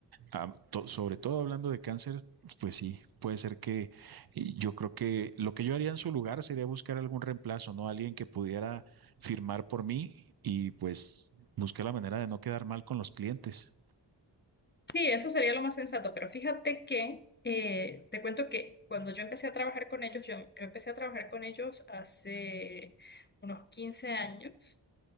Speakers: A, on the right; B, on the left.
A: Ah, to- sobre todo hablando de cáncer, pues sí, puede ser que y yo creo que lo que yo haría en su lugar sería buscar algún reemplazo, ¿no? Alguien que pudiera firmar por mí y pues buscar la manera de no quedar mal con los clientes.
B: <laughs> sí, eso sería lo más sensato, pero fíjate que eh, te cuento que cuando yo empecé a trabajar con ellos, yo, yo empecé a trabajar con ellos hace unos quince años